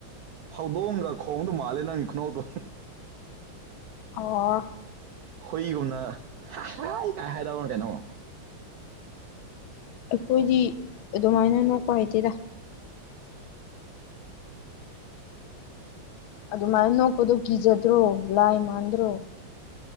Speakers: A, on the right; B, on the left.
A: ꯍꯧꯗꯣꯡꯒ ꯈꯣꯡꯗꯧ ꯃꯥꯜꯂꯦ ꯅꯪꯒꯤ ꯈꯨꯅꯣꯛꯇꯣ
B: ꯑꯣ
A: ꯍꯨꯏꯒꯨꯝꯅ ꯍꯥꯏ ꯀꯥꯏ ꯍꯥꯏꯗꯕꯅꯣ ꯀꯩꯅꯣ
B: ꯑꯩꯈꯣꯏꯗꯤ ꯑꯗꯨꯃꯥꯏꯅ ꯅꯣꯛꯄ ꯍꯩꯇꯦꯗ
A: <unintelligible> <inaudible>
B: ꯑꯗꯨꯃꯥꯏꯅ ꯅꯣꯛꯄꯗꯣ ꯀꯤꯖꯗ꯭ꯔꯣ ꯂꯥꯏ ꯃꯥꯟꯗ꯭ꯔꯣ